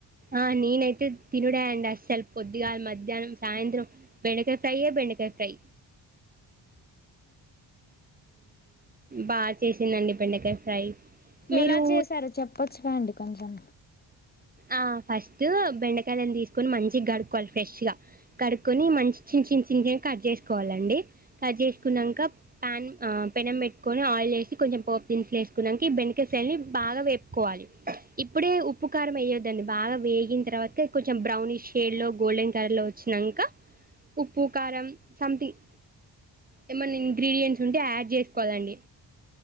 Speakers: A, on the right; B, on the left.
A: ఆ నేనైతే తినుడా అండి అస్సలు పద్దిగా మధ్యాహ్నం సాయంత్రం బెండకాయ ఫ్రైయే బెండకాయ ఫ్రై బాగా చేసిందండి బెండకాయ ఫ్రై మీరు
B: ఎలా చేశారు చెప్పొచ్చు కాండి కొంచెం
A: ఆ ఫస్ట్ బెండకాయాలని తీసుకొని మంచి కడుక్కవాలి ఫ్రెష్ గా కడుకొని మంచి చి చి చి చిన్న కట్ చేసుకోవాలండి కట్ చేసుకున్నాక ప్యాన్ పెనం పెట్టుకొని ఆయిల్ వేసి కొంచెం పోపు దినుసులు వేసుకున్నాక ఈ బెండకాయని బాగా వేపుకోవాలి ఇప్పుడే ఉప్పుకారం అయ్య బాగా వేగిన తర్వాత కొంచెం బ్రౌనిష్ షేడ్ లో గోల్డెన్ కలర్ లో వచ్చినాక ఉప్పు కారం సంథింగ్ ఏమైన్నా ఇంగ్రీడియంట్స్ ఉంటే యాడ్ చేసుకోవాలండి